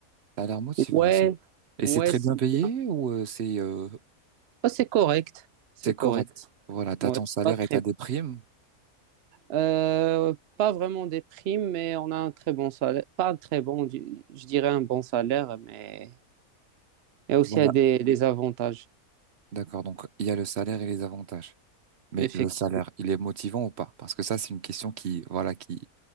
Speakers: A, on the right; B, on the right.
A: Ça a l'air motivant
B: Ouais,
A: aussi. Et
B: ouais,
A: c'est très
B: c'est
A: bien payé
B: bien.
A: ou euh, c'est euh,
B: Ah, C'est correct, c'est
A: c'est
B: correct.
A: correct? Voilà, t'as
B: Ouais,
A: ton
B: c'est
A: salaire
B: pas très
A: et t'as des primes.
B: Euh, pas vraiment des primes, mais on a un très bon salaire. Pas un très bon, du- je dirais un bon salaire, mais il y a aussi
A: Voilà.
B: des, des avantages,
A: D'accord, donc il y a le salaire et les avantages. Mais
B: effectivement.
A: le salaire, il est motivant ou pas? Parce que ça, c'est une question qui voilà qui